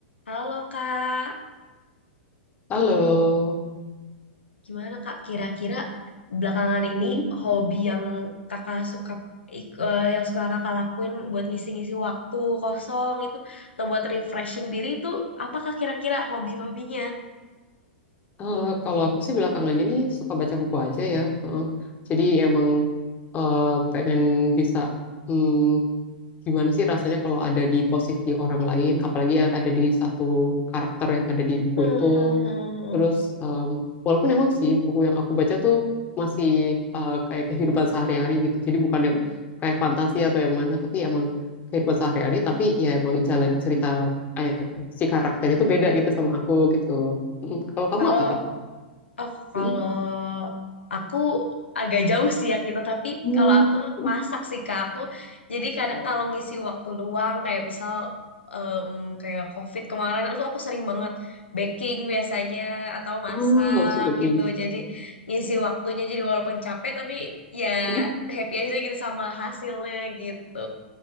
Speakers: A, on the left (about 80°); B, on the left (about 25°).
A: Halo Kak,
B: Halo,
A: gimana Kak? Kira-kira belakangan ini
B: Hmm,
A: hobi yang Kakak suka ik- eh, yang suka Kakak lakuin buat ngisi-ngisi waktu kosong itu atau buat refreshing diri itu apakah kira-kira hobi-hobinya?
B: eh, kalau aku sih belakangan ini suka baca buku aja ya. Heeh. Jadi emang eh, pengen bisa hmm, gimana sih rasanya kalau ada di posisi orang lain, apalagi yang ada di satu karakter yang ada di buku
A: Hmm,
B: itu.
A: hmm, hmm, hmm.
B: Terus em, walaupun emang sih buku yang aku baca tuh masih eh, kayak kehidupan sehari-hari gitu. Jadi bukan yang kayak fantasi atau yang mana, tapi emang kehidupan sehari-hari. Tapi ya emang jalan cerita eh, si karakter itu beda gitu sama aku gitu. Mm, Kalau kamu
A: Kalau
B: apa tuh?
A: Oh, kalau
B: Mm,
A: aku agak jauh sih ya kita, tapi
B: Hmm.
A: kalau aku
B: mm,
A: masak sih Kak, aku jadi kadang kalau ngisi waktu luang kayak misal em, kayak COVID kemarin itu aku sering banget baking biasanya atau masak
B: Ah, love baking.
A: gitu. Jadi ngisi waktunya jadi walaupun capek tapi ya
B: Mm,
A: happy aja gitu sama hasilnya gitu.